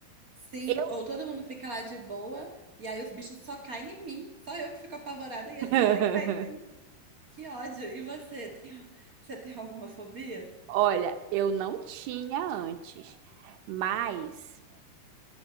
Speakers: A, on the right; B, on the right.
A: Sim,
B: Eu,
A: ou todo mundo fica lá de boa, e aí os bichos só caem em mim. Só eu que fico apavorada e eles
B: <laughs>
A: vão lá e caem. em mim. Que ódio. E você, <laughs> tem, você tem alguma fobia?
B: olha, eu não tinha antes, mas.